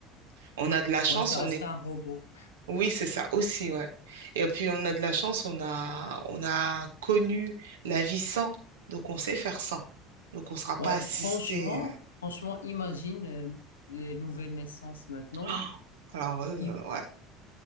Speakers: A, on the right; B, on the left.
A: on a de la chance,
B: ouais, ça
A: on
B: reste
A: est,
B: un robot.
A: oui, c'est ça aussi, ouais. Et puis, on a de la chance, on a, on a connu la vie sans, donc on sait faire sans. Donc, on sera
B: Ouais,
A: pas assisté.
B: franchement, franchement, imagine euh, les nouvelles naissances maintenant
A: Ah, Alors, eux,
B: qui,
A: euh, ouais.